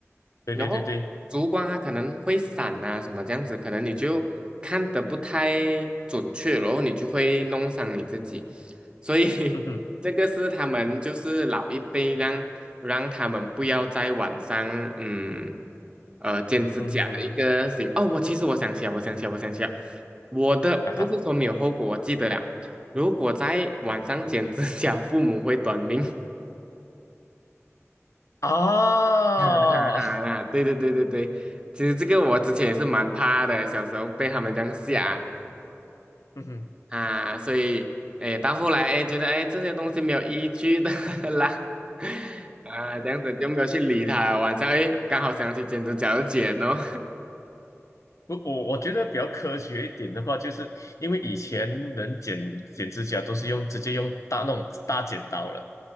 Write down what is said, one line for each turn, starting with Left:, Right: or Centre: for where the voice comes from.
Left: 对对对对，
Right: 然后烛光它可能会闪啊什么这样子，可能你就看得不太准确，然后你就会弄伤你自己。所以 <laughs>
Left: 嗯哼
Right: 这个是他们就是老一辈让让他们不要在晚上嗯呃剪指甲的一个行哦，
Left: 嗯哼，
Right: 我其实我想起来，我想起来，我想起来，我的不是说没有后果，
Left: 啊哈
Right: 我记得了。如果在晚上剪指甲，父母会短命。哈
Left: 啊，
Right: 哈哈 <laughs> 啦，对对对对对，其实这个我之前也是蛮怕的，小时候被他们这样吓。
Left: <laughs> 嗯哼。
Right: 啊，所以哎，到后来哎，觉得哎这些东西没有依据的 <laughs> 啦，啊，这样子就没有去理他。晚上哎，刚好想起剪指甲就剪哦，
Left: 我我我觉得比较科学一点的话，就是因为以前人剪剪指甲都是用直接用大那种大剪刀了